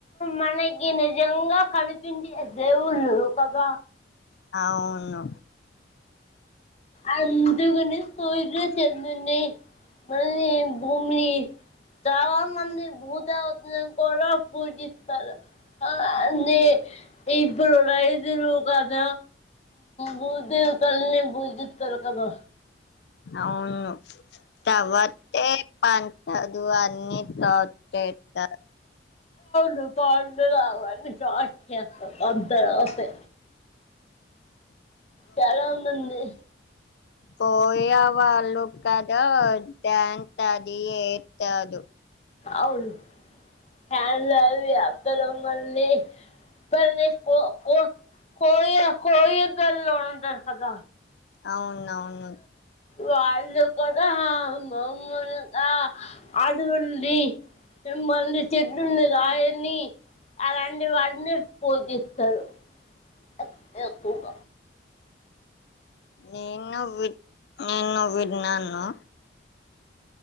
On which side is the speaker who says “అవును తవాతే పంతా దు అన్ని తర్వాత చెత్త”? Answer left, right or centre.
Left